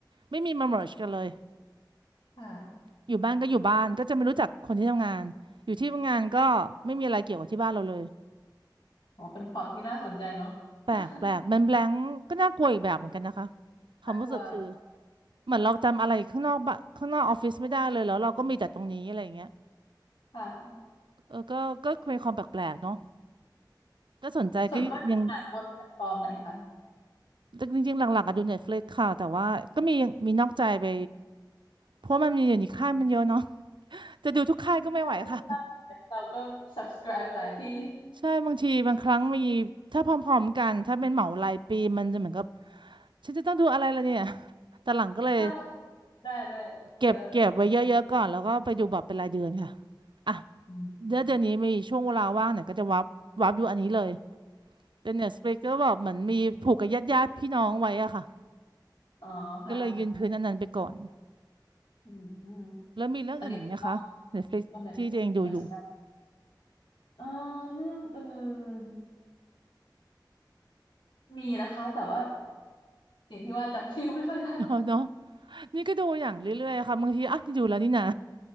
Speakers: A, on the right (about 80°); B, on the left (about 85°).
A: ไม่มีมาเมิร์กันเลย
B: ค่ะ
A: อยู่บ้านก็อยู่บ้านก็จะไม่รู้จักคนที่ทำงานอยู่ที่ทำงานก็ไม่มีอะไรเกี่ยวกับที่บ้านเราเลย
B: อ๋อเป็นพล็อตที่น่าสนใจเนาะ
A: แปลกแปลกมันแบลงก็น่ากลัวอีกแบบเหมือนกันนะคะ
B: <laughs>
A: ความรู้สึกคือ
B: น่ากลัว
A: เหมือนเราจำอะไรข้างนอกบ้านข้างนอกออฟฟิศไม่ได้เลยแล้วเราก็มีแต่ตรงนี้อะไรอย่างเงี้ย
B: ค่ะ
A: เออก็ก็เป็นความแปลกๆเนาะก็สนใจก็ยัง
B: ส่วนมากดูหนังบนแพลตฟอร์มไหนคะ
A: จริงๆหลักๆอะดู Netflix ค่ะแต่ว่าก็มีมีนอกใจไปเพราะมันมีอยู่ในค่ายมันเยอะเนาะจะดูทุกค่ายก็ไม่ไหวค่ะ
B: ได้ได้เราก็ subscribe หลายที่
A: ใช่บางทีบางครั้งมีถ้าพร้อมๆกันถ้าเป็นเหมารายปีมันจะเหมือนกับ ฉันจะต้องดูอะไรล่ะเนี่ยแต่หลังก็เลย
B: ได้ได้ด้วยเยอะ
A: เก็บเก็บไว้เยอะๆก่อนแล้วก็ไปดูแบบเป็นรายเดือนค่ะอ่ะ
B: อืม
A: เดือนเดือนนี้มีช่วงเวลาว่างเนี่ยก็จะวับวับดูอันนี้เลยเป็น Netflix ก็แบบเหมือนมีผูกกับญาติญาติพี่น้องไว้อะค่ะ
B: อ๋อค่ะ
A: ก็เลยยืนพื้นอันนั้นไปก่อน
B: อืมอืม
A: แล้วมีเรื่องอื่นอีกไหมคะ
B: อันนี้ส่วนมาก
A: Netflix
B: บนไหน
A: ที่ตัวเองดูอยู่
B: เหมือนกันเออเรื่องอื่นมีนะคะแต่ว่าอย่างที่ว่าจำชื่อไม่ค่อยได้
A: <laughs> เนาะเนาะนี่ก็ดูอย่างเรื่อยๆค่ะบางทีอ่ะนี่ดูแล้วนี่นะ